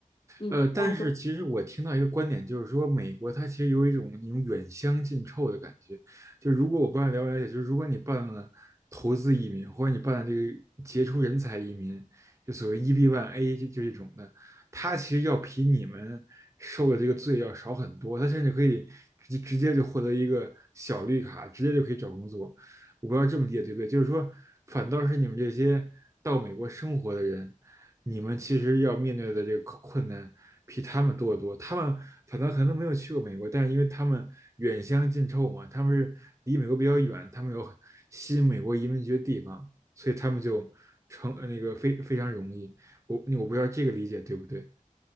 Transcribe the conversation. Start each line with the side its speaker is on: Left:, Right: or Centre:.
Left: 你这样说
Right: 呃，但是其实我听到一个观点，就是说美国它其实有一种那种远香近臭的感觉。就如果我不知道了不了解，就是如果你办了投资移民，或者你办了这个杰出人才移民，就所谓 EB1A 就就这种的，它其实要比你们受的这个罪要少很多。它甚至可以直直接就获得一个小绿卡，直接就可以找工作。我不知道这么理解对不对？就是说，反倒是你们这些到美国生活的人。你们其实要面对的这个困难比他们多得多。他们反倒可能没有去过美国，但是因为他们远香近臭嘛，他们是离美国比较远，他们有吸引美国移民局的地方，所以他们就成呃那个非非常容易。我我不知道这个理解对不对？